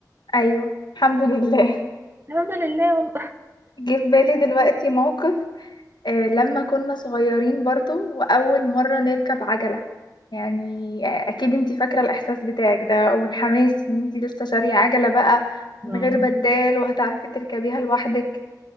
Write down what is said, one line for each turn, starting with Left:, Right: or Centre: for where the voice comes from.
Left: ايوه الحمد لله
Right: الحمد لله والله
Left: <laughs> جه في بالي دلوقتي موقف آه لما كنا صغيرين برضو واول مره نركب عجله يعني آه، اكيد انتي فاكره الاحساس بتاعك ده والحماس ان انتي لسه شاريه عجله بقى من
Right: آه.
Left: غير بدال وهتعرفي تركبيها لوحدك